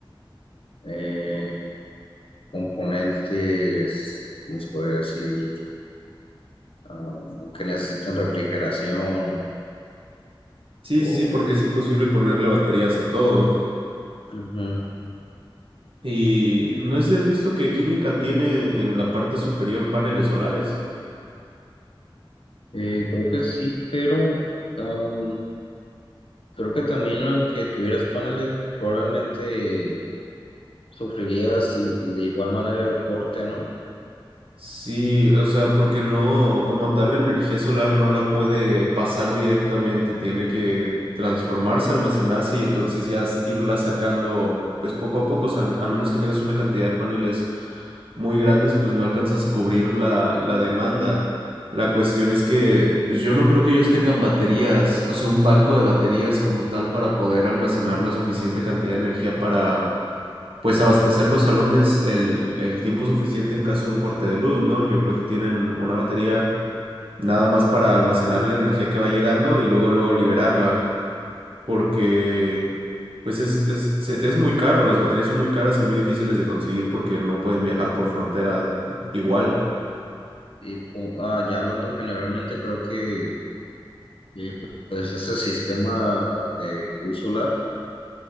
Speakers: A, on the left (about 85°); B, on the right (about 80°).
A: eh, componentes, ¿cómo se podría decir? Am, que necesitan refrigeración
B: Sí,
A: o...
B: sí, sí, porque es imposible ponerle baterías a todo.
A: Ujú.
B: Y no sé si has visto que química tiene en la parte superior paneles solares.
A: Eh, creo que sí, pero am, creo que también aunque tuvieras paneles, probablemente sufrirías i- de igual manera el corte, ¿no?
B: Sí, o sea, porque no, como tal, la energía solar no la puede pasar directamente, tiene que transformarse, almacenarse y entonces ya s- irla sacando, pues poco a poco, o sea, a menos que tengas una cantidad de paneles muy grandes, pues no alcanzas a cubrir la, la demanda. La cuestión es que, pues yo no creo que ellos tengan baterías, o sea, un banco de baterías como tal para poder almacenar la suficiente cantidad de energía para pues abastecer los salones el, el tiempo suficiente en caso de un corte de luz, ¿no? Yo creo que tienen una batería nada más para almacenar la energía que va llegando y luego luego liberarla, porque pues es, es, se- es muy caro, las baterías son muy caras y muy difíciles de conseguir porque no pueden viajar por frontera igual.
A: Y po- ah, ya hablando generalmente, creo que eh, pues ese sistema de luz solar